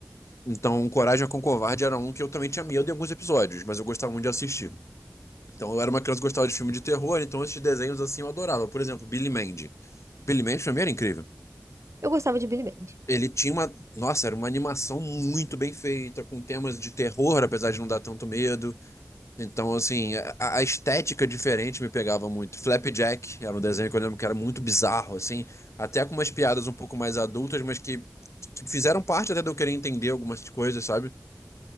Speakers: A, on the left; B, on the right.
A: Então, Coragem com o Covarde era um que eu também tinha medo em alguns episódios, mas eu gostava muito de assistir. Então, eu era uma criança que gostava de filme de terror, então esses desenhos, assim, eu adorava. Por exemplo, Billy Mandy. Billy Mandy, pra mim, era incrível.
B: Eu gostava de Billy Band.
A: ele tinha uma. Nossa, era uma animação muito bem feita, com temas de terror, apesar de não dar tanto medo. Então, assim, a, a estética diferente me pegava muito. Flapjack era um desenho que eu lembro que era muito bizarro, assim, até com umas piadas um pouco mais adultas, mas que, que fizeram parte até de eu querer entender algumas coisas, sabe?